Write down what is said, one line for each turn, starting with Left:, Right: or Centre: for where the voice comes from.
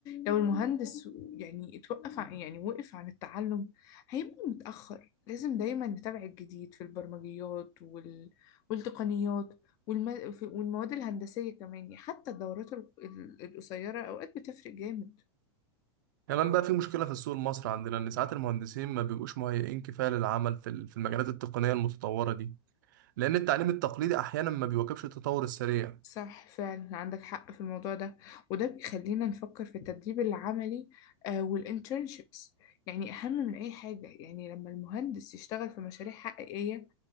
Left: لو المهندس يعني اتوقف عن يعني وقف عن التعلم هيبقى متأخر لازم دايما نتابع الجديد في البرمجيات وال... والتقنيات والم... والمواد الهندسية كمان يعني حتى الدورات ال- ال- القصيرة أوقات بتفرق جامد
Right: كمان بقى في مشكلة في السوق المصري عندنا إن ساعات المهندسين ما بيبقوش مهيئين كفاية للعمل في ال- في المجالات التقنية المتطورة دي لأن التعليم التقليدي أحيانا ما بيواكبش التطور السريع
Left: صح فعلا عندك حق في الموضوع ده وده بيخلينا نفكر في التدريب العملي آه والانترنشيبس يعني أهم من أي حاجة يعني لما المهندس يشتغل في مشاريع حقيقية